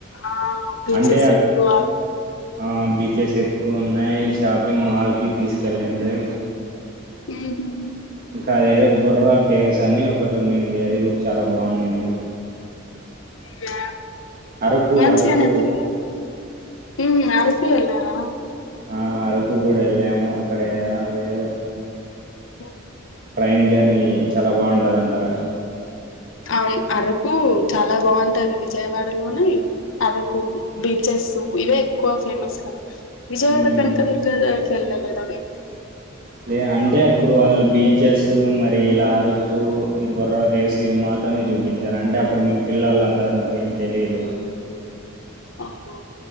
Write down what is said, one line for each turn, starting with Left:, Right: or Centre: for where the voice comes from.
Left: ఆ బీచెస్
Right: అంటే
Left: ఎక్కువ
Right: ఆ బీచెస్ ఎక్కువ ఉన్నాయి షాపింగ్ మాల్ కి తీసుకెళ్ళండ్రి
Left: ఉహూ
Right: ఇంకా అదేదో బుర్రా కేవ్స్ అని ఒకటి ఉన్నింది అది కూడా చాలా బాగున్నింది
Left: అేవ
Right: అరకు
Left: మంచిగనే
Right: అరకు
Left: తిరిగారు ఉమ్ అరకు వెళ్ళారా
Right: ఆ అరకు కూడా వెళ్ళాము అక్కడ అదేదో
Left: ఉమ్
Right: ట్రైన్ జర్నీ చాలా బాగుంటుందంట కదా
Left: అవును అరకు చాలా బాగుంటది విజయవాడలోనే అరకు బీచెస్ ఇవే ఎక్కువ ఫేమస్ కదా విజయవాడ
Right: మ్మ్.
Left: కనకదుర్గ వెళ్ళ లేదా మీరు
Right: లే అంటే అప్పుడు వాళ్ళు బీచెస్ మరి ఇలా అరకు బొర్రా కేవ్స్ ఇవి మాత్రమే చూపించారు అంటే అప్పుడు మేము పిల్లోల్లం కదా మాకేం తెలీదు
Left: అహో